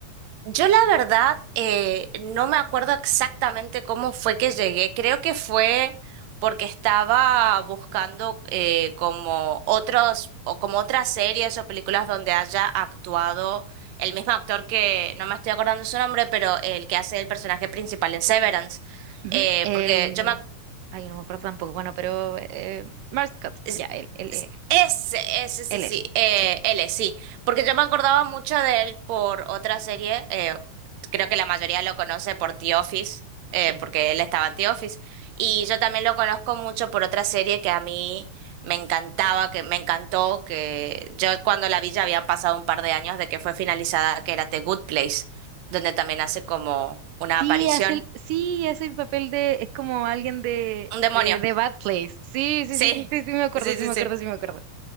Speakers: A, on the right (about 65°); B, on the right (about 85°).
A: Yo la verdad eh, no me acuerdo exactamente cómo fue que llegué. Creo que fue porque estaba buscando eh, como otros o como otras series o películas donde haya actuado el mismo actor que no me estoy acordando su nombre, pero el que hace el personaje principal en Severance.
B: Ujú,
A: Eh,
B: El...
A: porque yo me
B: Ay, no me acuerdo tampoco. Bueno, pero eh, Scott,
A: Es-
B: ya, él, él,
A: es-
B: él,
A: Ese, ese, sí,
B: él
A: sí,
B: es.
A: eh,
B: Sí,
A: él sí, porque yo me acordaba mucho de él por otra serie, eh, creo que la mayoría lo conoce por The Office, eh,
B: sí.
A: porque él estaba en The Office, y yo también lo conozco mucho por otra serie que a mí me encantaba, que me encantó, que yo cuando la vi ya habían pasado un par de años de que fue finalizada, que era The Good Place, donde también hace como una
B: Sí,
A: aparición,
B: hace el, sí, hace el papel de, es como alguien de,
A: un demonio,
B: de, de Bad Place. Sí,
A: <laughs>
B: sí,
A: sí,
B: sí, sí, sí, sí, me acuerdo,
A: sí,
B: sí,
A: sí,
B: me acuerdo,
A: sí.
B: sí, me acuerdo.